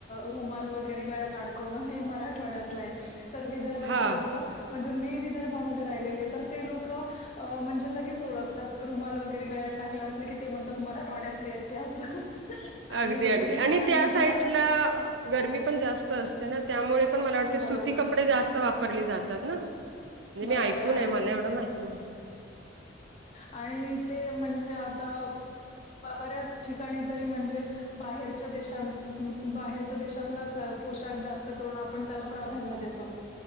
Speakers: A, on the left; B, on the right.
A: रुमाल वगैरे गळ्यात अडकवणं हे मरा ठवाड्यातलं आहे तर विदर्भाचे
B: हा
A: लोक म्हणजे मी विदर्भामध्ये राहिलेली आहे तर ते लोक.. अ म्हणजे लगेच ओळखतात रुमाल वगैरे गळ्यात टाकलं असलं की ते म्हणतात मराठवाड्यातले ते असं. आणि
B: अगदी
A: जसं
B: अगदी
A: की तू
B: आणि
A: सांगितलं
B: त्या साईडला... गरमी पण जास्त असते ना त्यामुळे पण मला वाटते
A: बरोबर
B: सुती कपडे जास्त वापरली जातात ना म्हणजे
A: बरोबर
B: मी ऐकून आहे मला एवढं माहिती नाय.
A: णि ते म्हणजे आता बऱ्याच ठिकाणी तरी म्हणजे... बाहेरच्या देश बाहेरच्या देशातलाच पोशाख जास्त करून आपण त्याला प्राधान्य देतो.